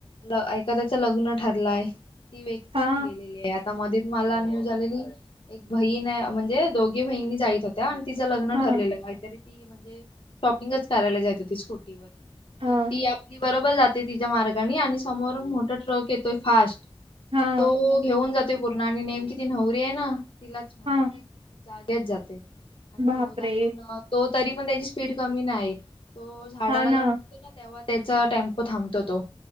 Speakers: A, on the left (about 65°); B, on the right (about 70°).
A: ल एखाद्याच लग्न ठरलाय, ती व्यक्ती
B: हा
A: पण गेलेली आहे आता मध्ये मला न्यूज आलेली एक बहीण ये म्हणजे दोघी बहिणी जाईत होत्या. तिचं लग्न
B: हा
A: ठरलेलं काहीतरी ती म्हणजे शॉपिंगच करायला जात होती स्कूटीवर
B: हा
A: तर ती आपली बरोबर जाते तिच्या मार्गानी, आणि समोरून मोठा ट्रक येतोय फास्ट.
B: हा
A: तो घेऊन जात तो पूर्ण, आणि नेमकी ती नवरी आहे ना तिलाच, म्हणजे
B: हा
A: ती जाग्याच जाते. आणि
B: बापरे
A: तो जाऊन, अ तो तरी पण त्याची स्पीड कमी नाय. तो झाडाला
B: हा ना
A: जाऊन <unintelligible> तेव्हा त्याचा टेम्पो थांबतो. तो